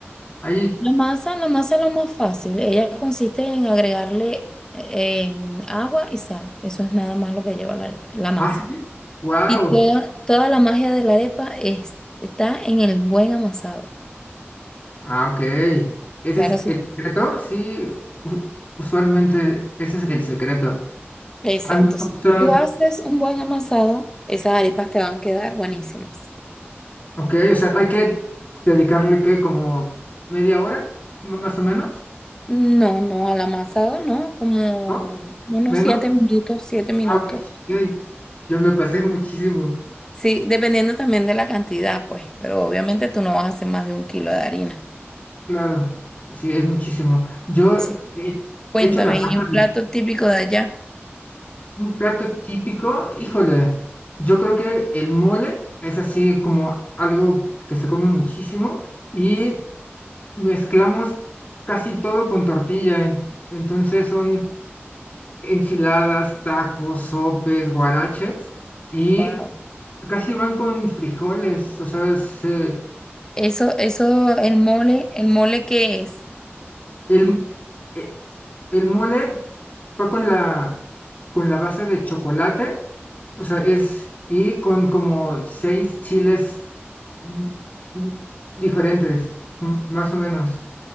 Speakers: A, on the left; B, on the left.
A: Ahí.
B: La masa, la masa es lo más fácil. Ella consiste en agregarle eh, em, agua y sal. Eso es nada más lo que lleva la arepa, la masa.
A: Ah, sí. Wow.
B: Y toda, toda la magia de la arepa es- está en el buen amasado.
A: Ah, ok. ¿Ese
B: Claro,
A: es
B: sí.
A: el secreto? Sí, u- usualmente ese es el secreto.
B: Exacto.
A: A mí me
B: Si
A: gusta.
B: tú haces un buen amasado, esas arepas te van a quedar buenísimas.
A: Ok, o sea, hay que dedicarle que como media hora, M- más o menos,
B: No, no, al amasado no, como
A: ¿no?
B: unos
A: Menos.
B: siete minutos, siete minutos.
A: Ah, ok. ok. Yo me pasé <laughs> muchísimo.
B: Sí, dependiendo también de la cantidad, pues, pero obviamente tú no vas a hacer más de un kilo de harina.
A: Claro, sí, es muchísimo. Yo
B: sí
A: he
B: Cuéntame,
A: he hecho la masa
B: ¿y un plato típico de allá?
A: Un plato típico, híjole, yo creo que el mole es así como algo que se come muchísimo y mezclamos casi todo con tortilla. en- Entonces son enchiladas, tacos, sopes, guaraches y
B: Wow.
A: casi van con frijoles. O sea, se-
B: Eso, eso, el mole, ¿el mole qué es?
A: el, e- el mole va con la, con la base de chocolate, o sea, es, y con como seis chiles mm, mm, diferentes, m- más o menos.